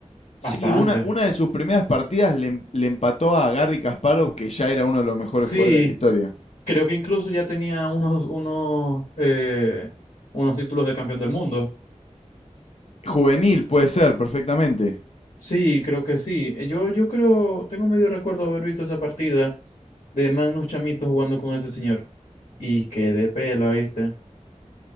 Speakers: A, on the left; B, on the left.
A: Sí,
B: hasta
A: una,
B: antes.
A: una de sus primeras partidas le, em- le empató a Gary Kasparov, que ya era uno de los mejores
B: Sí,
A: jugadores de la historia.
B: Creo que incluso ya tenía unos, unos, eh, unos títulos de campeón del mundo.
A: Juvenil, puede ser, perfectamente.
B: Sí, creo que sí. Eh, Yo, yo creo, tengo medio recuerdo haber visto esa partida de Magnus Chamito jugando con ese señor. Y qué de pela, ¿viste?